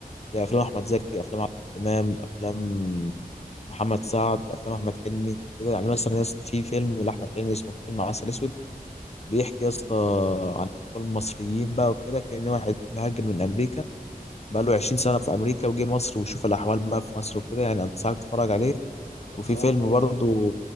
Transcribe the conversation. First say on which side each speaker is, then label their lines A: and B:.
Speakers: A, on the left; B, on the left.
A: زي
B: تمام
A: أفلام أحمد زكي أفلام عادل إمام أفلام محمد سعد أفلام أحمد حلمي كده يعني مثلا يا اسطى في فيلم لأحمد حلمي اسمه فيلم عسل أسود بيحكي يا اسطى
B: تمام
A: عن أطفال مصريين بقى وكده كأن واحد مهاجر من أمريكا بقى له 20 سنة في أمريكا وجه مصر وشوف الأحوال بقى في مصر وكده يعني أنصحك تتفرج عليه
B: خلصان؟
A: وفي فيلم برضه